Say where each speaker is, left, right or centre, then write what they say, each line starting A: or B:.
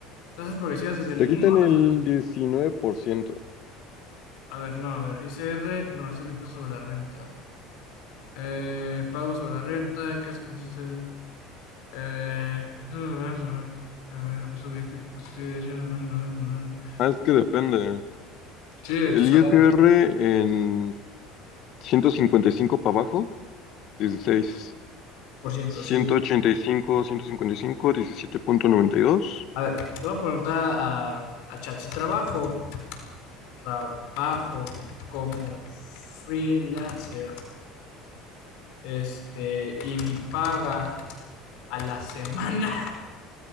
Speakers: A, on the left; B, on the left.
A: Tasas progresivas desde el
B: Te
A: uno
B: quitan el
A: hasta... el tre-
B: 19%.
A: A ver, no, a ver, ICR, no, es el impuesto sobre la renta. Eh, pago sobre la renta, casi consiste... Eh, <laughs> eh, impuesto directo que constituye derechos... no, no, no, no, no, no.
B: Ah, es que depende.
A: Sí, de
B: El
A: tu salario,
B: ISR en 155 para abajo, dieciséis
A: por ciento,
B: ciento
A: sí.
B: ciento ochenta y y cinco cinco cincuenta 16. 185, 155, 17.92.
A: A ver, le voy a preguntar a, a Chat, si trabajo, trabajo como freelancer, este, y mi paga a la semana